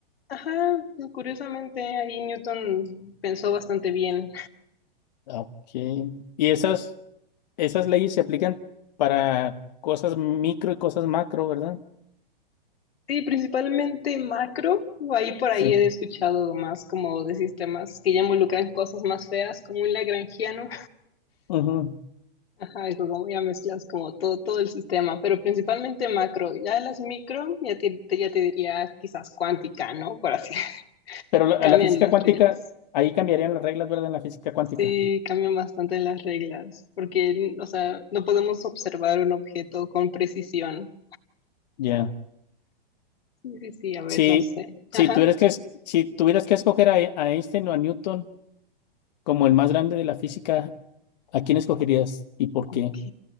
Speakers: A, on the left; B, on the left.
A: Ajá, no, curiosamente ahí Newton pensó bastante bien.
B: Ok. Y esas, esas leyes se aplican para cosas micro y cosas macro, ¿verdad?
A: Sí, principalmente macro, ahí por ahí
B: Sí.
A: he escuchado más como de sistemas que ya involucran cosas más feas, como un lagrangiano.
B: Ujú.
A: Ajá, eso como ya mezclas como todo, todo el sistema, pero principalmente macro. Ya las micro, ya te, te- ya te diría quizás cuántica, ¿no? Por así, <laughs>
B: Pero la,
A: cambian
B: la física
A: las
B: cuántica,
A: reglas.
B: ahí cambiarían las reglas, ¿verdad? En la física cuántica.
A: Sí, cambian bastante las reglas, porque, o sea, no podemos observar un objeto con precisión.
B: Ya.
A: Sí, sí, sí, a ver,
B: Si,
A: no sé.
B: si
A: Ajá.
B: tuvieras que, es- si tuvieras que escoger a, a Einstein o a Newton como el más grande de la física, ¿a quién escogerías y por
A: Ok.
B: qué?